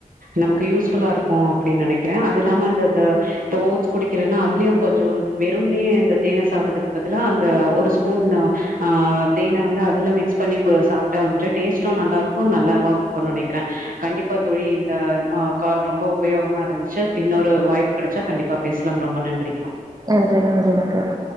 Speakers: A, on the right; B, on the right.
A: நமக்கு யூஸ்புஃல்லாருக்கு அப்டின் நெனைக்றே அது இல்லாம அந்தந்த இப்ப ஓட்ஸ் குடிக்கறன்னா அதுலயு கொஞ்சோ வெறும்னே அந்த தேன சாப்பிட்டதுக்கு பதிலா அந்த ஒரு ஸ்பூன் ஆ தேன வந்து அதுல மிக்ஸ் பண்ணி கு சாப்ட்டா வந்துட்டு டேஸ்ட்டு நல்லாருக்கு நல்லாவா இருக்கு நெனைக் ரே கண்டிப்பா தோழி இந்த ஆ கால் ரொம்ப உபயோகமாருந்துச்சு இன்னொரு வாய்ப்பு கெடைச்சா கண்டிப்பா பேசலாம் ரொம்ப நன்றி
B: நன்றி நன்றிங்க தோழி